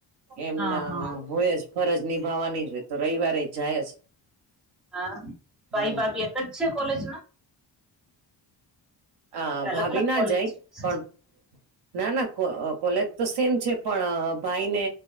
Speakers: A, on the right; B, in the centre.
A: એમના
B: હા હા
A: હોય જ ફરજ નિભાવવાની જ હોય તો રયવારેય જાય જ
B: હા
A: હમ
B: ભાઈ ભાભી એક જ છે કોલેજમાં?
A: હ
B: કે અલગ
A: ભાભી
B: અલગ
A: ના
B: કોલેજ
A: જાય
B: છે
A: પણ ના ના કો કોલેજ તો સેમ છે પણ ભાઈને